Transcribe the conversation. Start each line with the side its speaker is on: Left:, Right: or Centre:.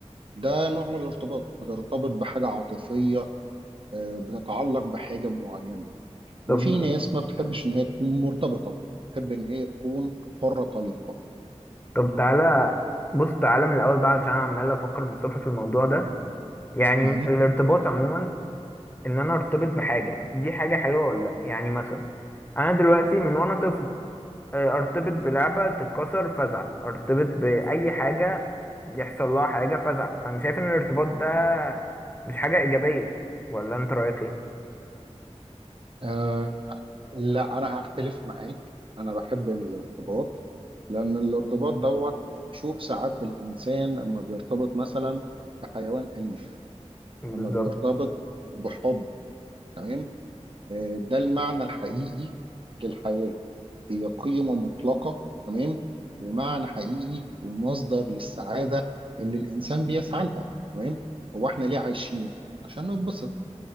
Right: ده نوع من الارتباط بترتبط بحاجة عاطفية آه، بتتعلق بحاجة معينة
Left: طب
Right: وفي ناس ما بتحبش إن هي تكون مرتبطة تحب إن هي تكون حرة طليقة
Left: طب تعالى بص تعالى من الاول بقى علشان انا عمال افكر من الصبح في الموضوع ده يعني
Right: مهم.
Left: الارتباط عموما ان انا ارتبط بحاجه دي حاجه حلوه ولا لا يعني مثلا انا دلوقتي من وانا طفل آه، ارتبط بلعبة تتكسر فازعل ارتبط بأي حاجة يحصل لها حاجة فازعل فأنا شايف إن الارتباط ده مش حاجة إيجابية ولا أنت رأيك إيه؟
Right: آه لا أنا هختلف معاك أنا بحب الارتباط لأن الارتباط دوت شوف سعادة الإنسان أما بيرتبط مثلا بحيوان أليف
Left: بالظبط
Right: أما بيرتبط بحب تمام آه، ده المعنى الحقيقي للحياة هي قيمة مطلقة تمام ومعنى حقيقي ومصدر للسعادة اللي الإنسان بيسعى لها تمام هو إحنا ليه عايشين عشان نتبسط